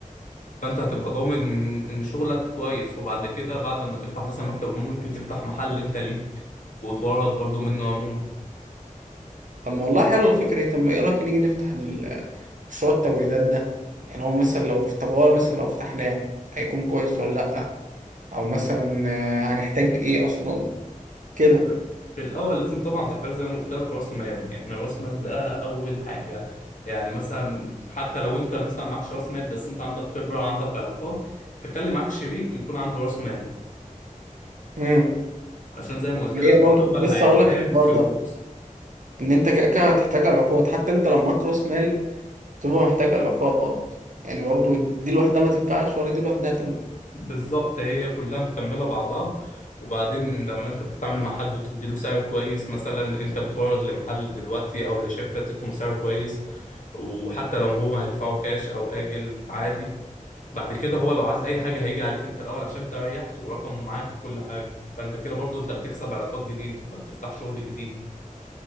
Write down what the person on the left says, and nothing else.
فانت هتبقى ضامن ان شغلك كويس وبعد كده بعد ما تفتح مثلا مكتب ممكن تفتح محل انت ليك وتورط برضو منه عموما
احنا في الاول لازم طبعا تحتاج زي ما قلت لك راس مال يعني راس مال ده اول حاجه يعني مثلا حتى لو انت مثلا معكش راس مال بس انت عندك خبره وعندك علاقات تخلي معاك شريك يكون عنده راس مال
عشان زي ما قلت لك
في
الاول
هيحتاج
فلوس
بالظبط هي كلها مكملة بعضها وبعدين لما انت بتتعامل مع حد وتديله سعر كويس مثلا انت بتورد لمحل دلوقتي او لشركة اديتهم سعر كويس وحتى لو هو هيدفعه كاش او آجل عادي بعد كده هو لو عايز اي حاجة هيجي عليك انت الاول عشان انت ريحته ورقمه معاك وكل حاجة فانت كده برضو انت بتكسب علاقات جديدة فبتفتح شغل جديد